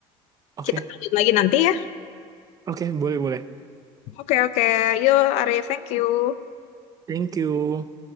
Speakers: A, on the right (about 30°); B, on the left (about 70°).
A: oke.
B: Kita lanjut lagi nanti ya.
A: Oke, boleh boleh.
B: Oke, oke. Yo, Arif, thank you.
A: Thank you.